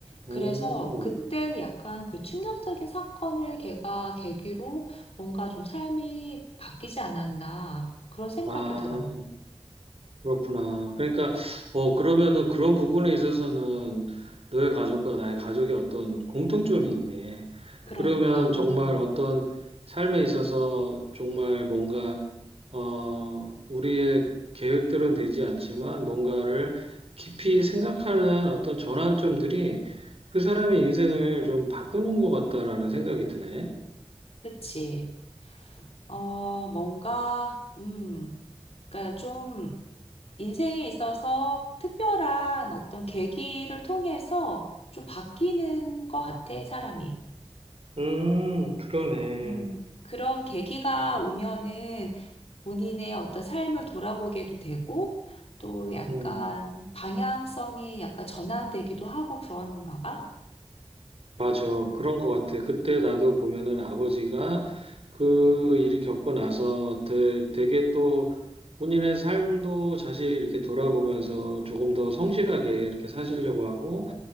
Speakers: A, on the left; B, on the right.
A: 그래서
B: 음.
A: 그때 약간 그 충격적인 사건을 걔가 계기로 뭔가 좀 삶이 바뀌지 않았나 그런 생각이
B: 아.
A: 들어.
B: 그렇구나. 그러니까, 어, 그러면은 그런 부분에 있어서는 너의 가족과 나의 가족의 어떤 공통점이 있네.
A: 그러니까,
B: 그러면 정말
A: 음.
B: 어떤 삶에 있어서 정말 뭔가, 어, 우리의 계획대로는 되지 않지만 뭔가를 깊이 생각하는 어떤 전환점들이 그 사람의 인생을 좀 바꾸는 것 같다라는 생각이 드네.
A: 그치. 어, 뭔가, 음, 그러니까 좀 인생에 있어서 특별한 어떤 계기를 통해서 좀 바뀌는 것 같아, 사람이.
B: 음, 그러네.
A: 음, 그런 계기가 오면은 본인의 어떤 삶을 돌아보게도 되고, 또 약간
B: 음.
A: 방향성이 약간 전환되기도 하고 그런가 봐.
B: 맞아. 그런 것 같아. 그때 나도 보면은 아버지가 그 일이 겪고 나서 되, 되게 또 본인의 삶도 다시 이렇게 돌아보면서 조금 더 성실하게 이렇게 사시려고 하고